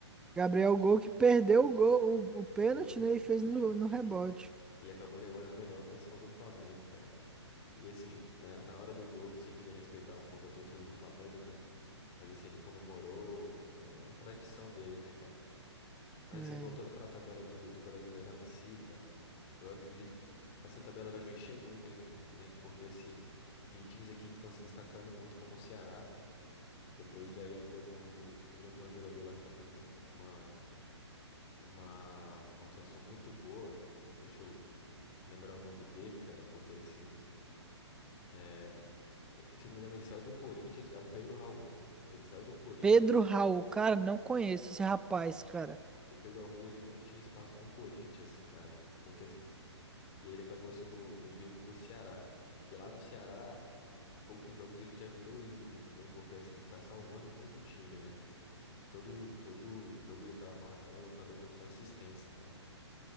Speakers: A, in the centre; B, on the left.
A: Gabriel Gol que perdeu o gol, o, o pênalti,
B: O gol.
A: né, e fez
B: Sim.
A: no, no rebote.
B: E acabou levando a melhor pra cima do Flamengo, cara. E assim, na, na hora do gol, eu pensei que ele ia respeitar um pouco a torcida do Flamengo, né? Mas assim, ele comemorou. É a tradição dele, né, cara? Mas
A: É.
B: assim, voltando para a tabela do, do Brasileirão em si, cara, eu acredito que tem- essa tabela vai mexer muito ainda, né? né? Porque assim, tem times aqui que estão se destacando muito, como o Ceará, depois da ida do, se eu não me engano, tem um jogador lá que tá fazendo uma uma uma atuação muito boa. Deixa eu lembrar o nome dele, cara, porque assim, é, se eu não me engano, ele saiu do Corinthians, é o Pedro Raul. Ele saiu do Corinthians.
A: Pedro Raul, cara, não conheço esse rapaz, cara.
B: O Pedro Raul, ele não tinha espaço no Corinthians, cara. Porque assim, E ele acabou sendo vendido pro Ceará. E lá no Ceará, em em poucos jogos ele já virou ídolo, entendeu? Porque assim, ele tá salvando muito o time, né? Todo, todo jogo ele tá marcando, tá dando a sua assistência, cara.